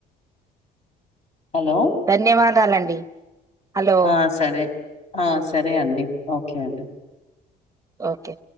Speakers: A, on the left; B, on the right.
A: హలో
B: ధన్యవాదాలండి హలో
A: ఆ సరే ఆ సరే అండి ఓకే అండి
B: ఓకే